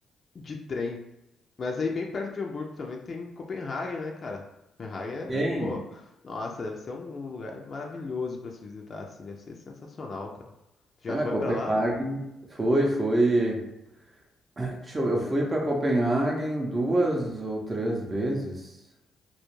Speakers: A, on the left; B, on the right.
A: de trem. Mas aí bem perto de Hamburgo também tem Copenhague, né, cara? Copenhague é,
B: Tem.
A: é, pô, nossa, deve ser um lugar maravilhoso pra se visitar, assim, deve ser sensacional, cara. Tu já
B: Ah,
A: foi
B: Copenhague,
A: pra lá?
B: fui, fui. <clears throat> Deixa eu ver, eu fui para Copenhague duas ou três vezes.